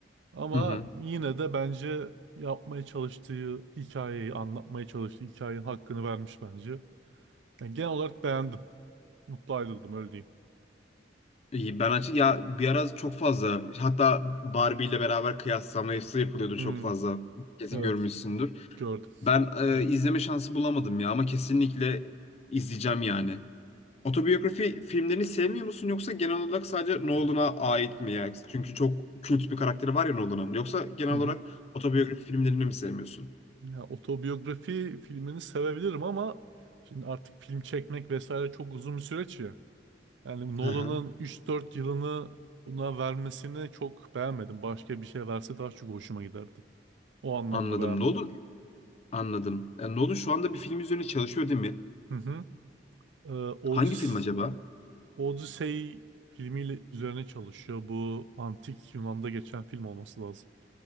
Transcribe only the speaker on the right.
Ama
yine de bence yapmaya çalıştığı hikayeyi, anlatmaya çalıştığı hikayenin hakkını vermiş bence. Yani genel olarak beğendim. Mutlu ayrıldım öyle diyeyim.
Hmm,
evet
gördüm.
Hı hı.
Ya otobiyografi filmini sevebilirim ama şimdi artık film çekmek vesaire çok uzun bir süreç ya. Yani Nolan'ın
üç dört yılını buna vermesini çok beğenmedim. Başka bir şey verse daha çok hoşuma giderdi. O anlamda
beğenmedim.
Hı hı. Ee, Odys
Odyssey filmiyle üzerine çalışıyor. Bu antik Yunan'da geçen film olması lazım.